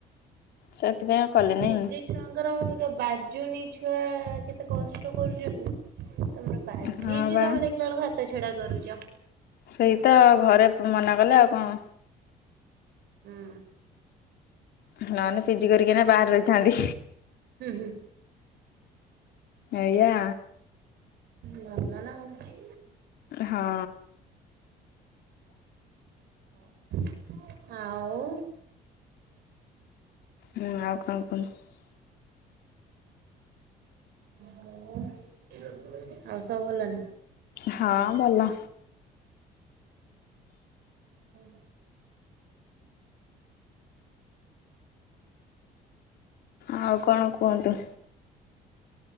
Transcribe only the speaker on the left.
ସେଥିପାଇଁ ଆଉ କଲିନି।
ହଁ ବା।
ସେଇ ତ ଘରେ ମନା କଲେ ଆଉ କଣ?
ନହେଲେ ପିଜି କରିକିନା ଏଇନା ବାହାର ରହିଥାନ୍ତି।
ଏୟା
ହଁ
ହୁଁ ଆଉ କଣ କୁହନ୍ତୁ?
ହଁ ଭଲ।
ଆଉ କଣ କୁହନ୍ତୁ?